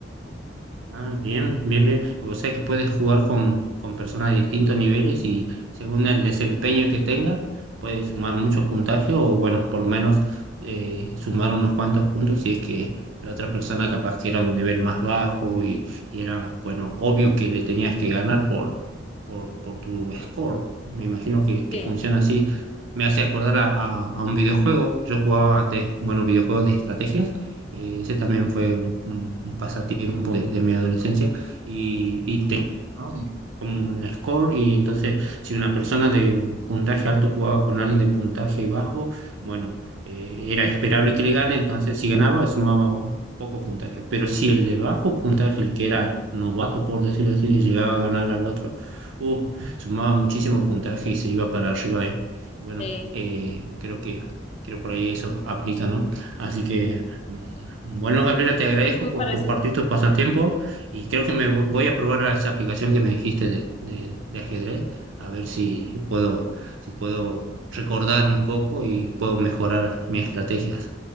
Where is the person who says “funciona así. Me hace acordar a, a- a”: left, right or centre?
Right